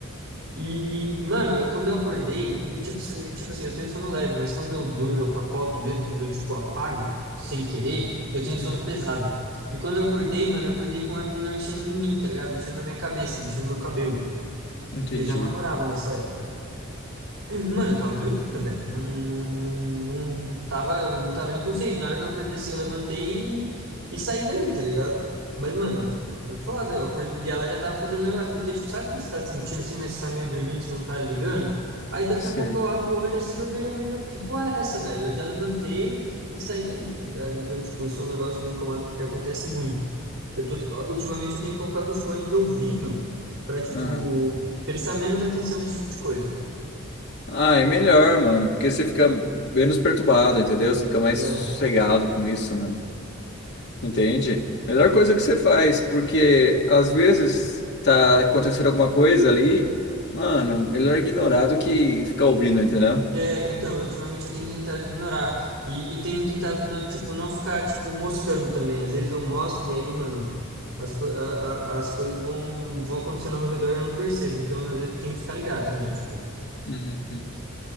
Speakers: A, on the right; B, on the left.
A: E, mano, eu- quando eu acordei, e, tipo, se- tipo assim, eu tenho sono leve, mas quando eu dur, eu capoto mesmo, quando eu, tipo, apago sem querer, eu tenho
B: hum,
A: sono pesado. E quando eu acordei, mano, eu acordei com uma menina mexendo em mim, tá ligado? Mexendo na minha cabeça, mexendo no meu cabelo.
B: entendi.
A: E eu já namorava nessa época. Mano, eu tava dormindo, velho. Não, não, não, não tava, não tava nem consciente. Na hora que eu acordei assim, eu levantei e, e saí dali, tá ligado? Mas, mano, foi foda. Eu acordei, e ela já tava fazendo negócio. Porque, tipo, sabe quando você tá sentindo assim, mas você tá meio dormindo, você não tá ligando? Aí daqui
B: Sei.
A: a pouco eu abro o olho assim, eu vejo a menina, que porra é essa, velho? Eu já levantei e saí dali, tá ligado? Então, tipo, isso é um negócio que me incomoda porque acontece muito. Eu tô, ultimamente eu tenho colocado o fone de ouvido pra, tipo,
B: Ah.
A: prestar menos atenção nesse tipo de coisa.
B: Ah, é melhor, mano, porque você fica menos perturbado, entendeu? Você fica mais
A: É.
B: sossegado com isso, mano. Entende? Melhor coisa que você faz, porque às vezes tá acontecendo alguma coisa ali, mano, melhor ignorar do que ficar ouvindo, entendeu?
A: É, então, ultimamente eu tenho tentado ignorar. E, e tenho tentado, tipo, não ficar, tipo, moscando também. Às vezes eu mosco e aí, mano, as, co a- a- as coisas vão, vão acontecendo ao meu redor e eu não percebo. Então, às vezes tem que ficar ligado também, tipo,
B: Uhum.